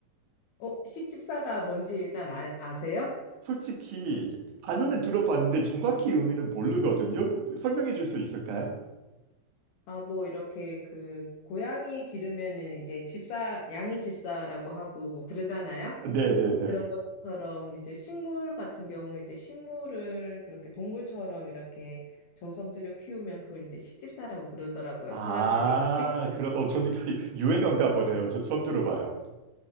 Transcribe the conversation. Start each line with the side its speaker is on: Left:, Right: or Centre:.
Left: 어, 식집사가 뭔지 일단 아, 아세요?
Right: 솔직히 단어는 들어봤는데 정확히 의미는 모르거든요. 설명해 줄 수 있을까요?
Left: 아, 뭐 이렇게 그 고양이 기르면은 이제 집사, 양이 집사라고 하고 뭐 그러잖아요.
Right: 네네네.
Left: 그런 것처럼 이제 식물 같은 경우에 이제 식물을 그렇게 동물처럼 이렇게 정성 들여 키우면 그걸 이제 식집사라고 그러더라고요,
Right: 아,
Left: 사람들이.
Right: 그럼, 어, 저는 <laughs> 유행어인가 보네요. 저 처음 들어봐요.